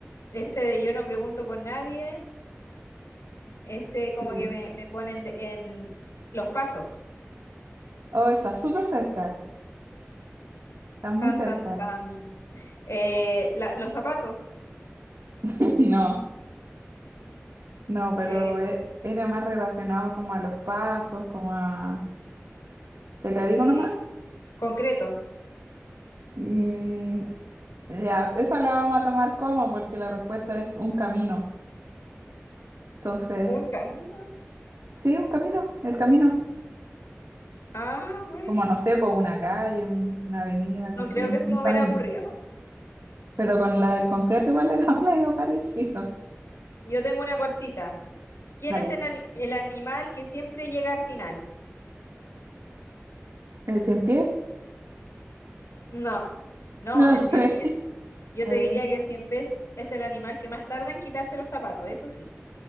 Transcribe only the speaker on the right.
Sí.
Oh, está súper cerca, está muy
cerca.
<laughs> No, no, pero
e- era más relacionado como a los pasos, como a... ¿Te la
digo nomás?
Mm, ya, esa la vamos a tomar como, porque la respuesta es un camino. Entonces,
sí, un camino, el camino.
Como no sé, por una calle, un- una avenida,
¿cachai?
Un
camino.
pero con la del concreto igual era <laughs> medio parecido.
Dale,
el cien pie,
no
sé.
A
ver,